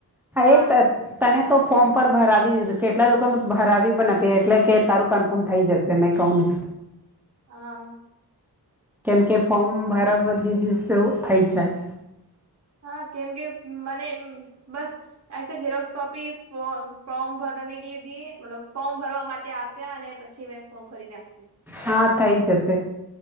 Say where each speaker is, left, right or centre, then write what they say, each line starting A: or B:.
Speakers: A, on the right (about 45°); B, in the centre.
A: હા
B: એ તને તો ફોર્મ પર ભરાવી દીધું કેટલા લોકોને ભરાવી પણ હતી એટલે કે તારું કન્ફર્મ થઈ જશે મેં કહું ને
A: હા.
B: કેમ કે ફોર્મ ભરાવા દીધું તો થઈ જાય
A: હા કેમ કે મને બસ એશ જેરોક્સ કોપી ફોર્મ ભર નીક લીધી મતલબ ફોર્મ ભરવા માટે આપ્યા અને પછી મેં ફોર્મ ભરી નાખી
B: હા થઈ જશે